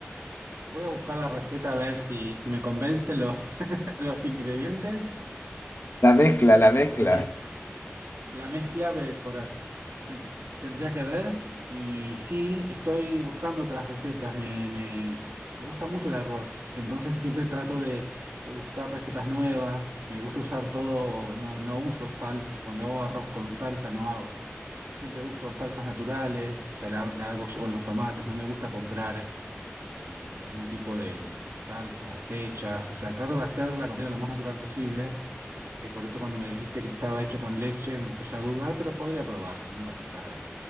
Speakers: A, on the right (about 65°); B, on the left (about 55°).
A: Voy a buscar la receta a ver si, si me convencen los, <laughs> los ingredientes
B: La mezcla,
A: y
B: la mezcla.
A: podría, la mezcla eh, por, a- ten- tendría que ver. Y sí, estoy buscando otras recetas. Me, me, me gusta mucho el arroz, entonces siempre trato de, de buscar recetas nuevas. Me gusta usar todo, no, no uso salsa. Cuando hago arroz con salsa no hago. Siempre uso salsas naturales, o sea, la, la hago yo con los tomates, no me gusta comprar. eh, ningún tipo de, de salsas hechas, o sea, trato de hacer la comida lo más natural posible. Eh, por eso cuando me dijiste que estaba hecho con leche me empecé a dudar, pero podría probar, nunca se sabe.